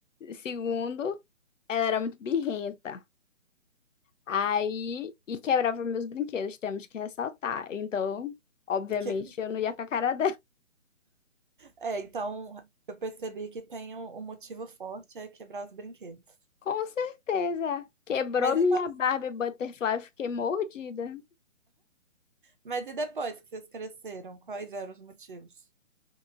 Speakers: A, on the left; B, on the right.
A: Segundo, ela era muito birrenta. Aí, e quebrava meus brinquedos, temos que ressaltar. Então, obviamente,
B: E que,
A: eu não ia com a cara
B: é, então eu percebi que tem um, um motivo forte é quebrar os brinquedos.
A: Com certeza. Quebrou
B: Mas
A: minha
B: e quando,
A: Barbie Butterfly, eu fiquei mordida.
B: mas e depois que vocês cresceram, quais eram os motivos?